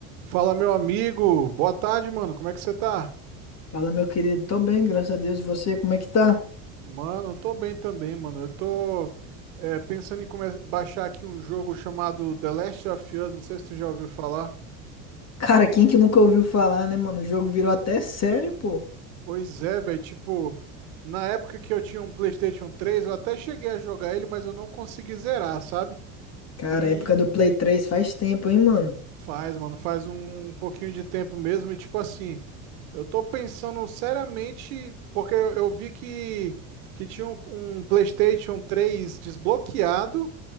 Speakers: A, on the right; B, on the left.
A: Fala, meu amigo. Boa tarde, mano. Como é que você tá?
B: Fala, meu querido. Tô bem, graças a Deus. E você, como é que tá?
A: Mano, eu tô bem também, mano. Eu tô é, pensando em come- baixar aqui um jogo chamado The Last of Us. Não sei se tu já ouviu falar.
B: Cara, quem que nunca ouviu falar, né, mano? O jogo virou até série, pô.
A: Pois é, velho. Tipo, na época que eu tinha um PlayStation três eu até cheguei a jogar ele, mas eu não consegui zerar, sabe?
B: Cara,
A: E
B: a época do Play 3 faz tempo, hein, mano?
A: Faz, mano, faz um, um pouquinho de tempo mesmo e tipo assim, eu tô pensando seriamente, porque eu, eu vi que, que tinha um, um PlayStation três desbloqueado,